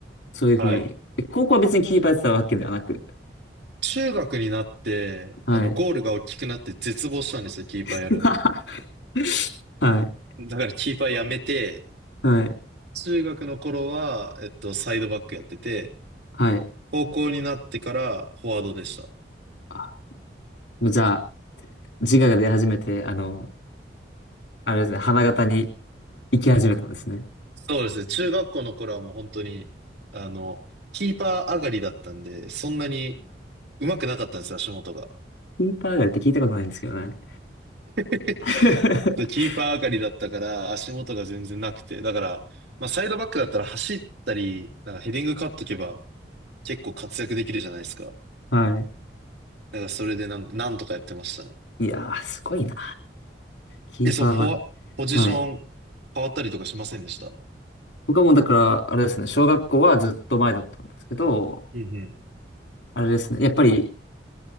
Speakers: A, on the left (about 80°); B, on the right (about 75°).
A: そういうふうに。
B: はい。
A: え高校は別にキーパーやってたわけではなく。
B: 中学になって、
A: はい。
B: あの、ゴールが大きくなって絶望したんですよ、キーパーやるの。
A: <laughs> はい。
B: だからキーパーやめて、
A: はい。
B: 中学の頃は、えっと、サイドバックやってて、
A: はい。
B: 高校になってからフォワードでした。
A: あ、もうじゃあ、自我が出始めて、あの、あれですね、花形に行き始めたんですね。
B: そうですね。中学校の頃はもう本当に、あの、キーパー上がりだったんで、そんなに上手くなかったんですよ、足元が。
A: キーパー上がりって聞いたことないんですけどね。
B: <laughs>
A: <laughs>
B: でキーパー上がりだったから、足元が全然なくて。だから、まあ、サイドバックだったら走ったり、なんかヘディング勝っとけば、結構活躍できるじゃないですか。
A: は
B: だからそれでなん、なんとかやってましたね。
A: い。いやー、すごいな。キーパーはね。
B: え、そう、フォワ、ポジション
A: はい。
B: 変わったりとかしませんでした
A: 僕はもうだから、あれですね、小学校はずっと前だったんですけど、
B: うんうん。
A: あれですね、やっぱり